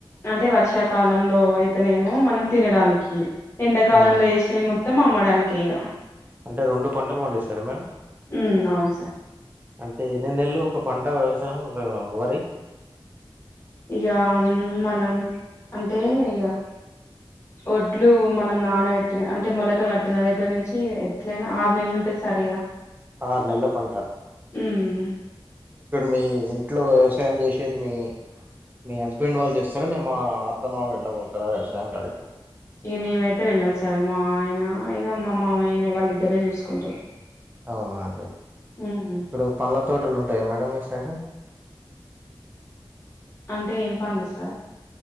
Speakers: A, on the left; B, on the right.
A: అంటే వర్షాకాలంలోయి ఏమో మనం తినడానికి ఎండకాలంలో
B: హ్మ్.
A: వేసినయి మొత్తం అమ్మడానికి ఇగా
B: అంటే రెండు పంటలు పండిస్తారా మేం
A: ఉమ్, అవును సార్
B: అంటే ఎన్ని నెల్లు పంట వ్యవసాయం వరి
A: ఇగా మనం అంటే ఇగా ఒడ్లు మనం నానబెట్టిన అంటే మొలక కట్టిన దగ్గర నుంచి ఎట్లైనా ఆరు నెలలు ఉంటే సరీగా
B: ఆరు నెల్ల పంట
A: ఉమ్
B: మీ ఇంట్లో వ్యవసాయం చేసేది మీ మీ హస్బెండ్ వాళ్ళు చేస్తారా మే మా అత్తమ్మమ ఎట్లా పోతారా వ్యవసాయం కాడికి
A: ఇగా మేమైతే వెళ్ళాం సార్ మా ఆయన ఇగా మా మామయ్యనే వాళ్లు ఇద్దరే చూసుకుంటారు
B: అవునా ఇప్పుడు
A: ఉమ్
B: పండ్ల తోటలు ఉంటాయా మేడం మీ సైడు
A: అంటే ఏం పండు సార్